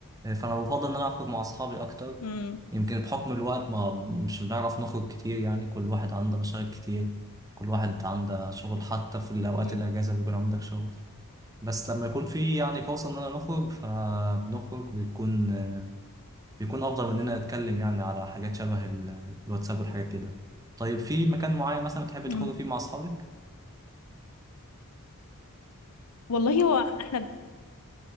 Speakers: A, on the right; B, on the left.
A: آه، فانا بفضل ان انا اخرج مع اصحابي اكتر
B: مم.
A: يمكن بحكم الوقت ما مش بنعرف نخرج كتير يعني كل واحد عنده مشاغل كتير كل واحد عنده شغل حتى في الاوقات
B: مم.
A: الاجازه بيكون عندك شغل بس لما يكون في يعني فرصه اننا نخرج فبنخرج بيكون آه، بيكون افضل مننا نتكلم يعني على حاجات شبه ال- الواتساب والحاجات كده طيب في مكان معين مثلا بتحب
B: مم.
A: تخرج فيه مع اصحابك
B: والله هو احنا